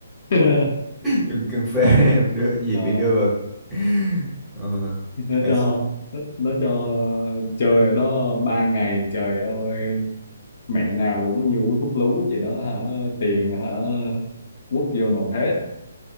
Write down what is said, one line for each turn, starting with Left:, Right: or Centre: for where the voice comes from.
Left: <laughs>
Centre: dùng cưng phê em đưa gì
Left: Ờ,
Centre: bị đưa vào <laughs> ừ.
Left: nó
Centre: rồi
Left: cho nó, nó cho chơi ở đó ba ngày trời ơi mẹ nào cũng như uống thuốc lú vậy đó hả tiền hả quất vô nộp hết